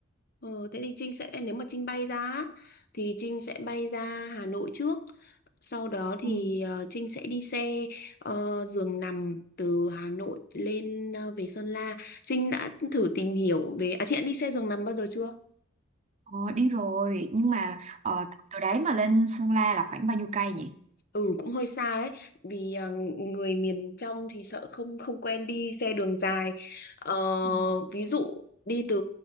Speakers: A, on the left; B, on the right.
A: Ờ, thế thì Trinh sẽ nếu mà Trinh bay ra á, thì Trinh sẽ bay ra Hà Nội trước sau đó thì
B: Ừ.
A: ờ, Trinh sẽ đi xe ờ, giường nằm từ Hà Nội lên ờ, về Sơn La Trinh đã thử tìm hiểu về à chị đã đi xe giường nằm bao giờ chưa?
B: Ờ, đi rồi nhưng mà ờ, từ đấy mà lên Sơn La là khoảng bao nhiêu cây nhỉ?
A: Ừ cũng hơi xa đấy vì à, người miền trong thì sợ không không quen đi xe đường dài ờ,
B: Ừ.
A: ví dụ đi từ